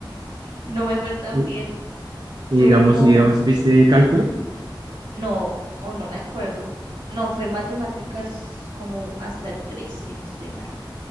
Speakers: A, on the right; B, on the right.
A: no me fue tan
B: Y,
A: bien.
B: y
A: Tuve
B: digamos,
A: como
B: y digamos,
A: un,
B: ¿viste cálculo?
A: no, o no me acuerdo. No, fue matemáticas como hasta el 3, si no estoy mal.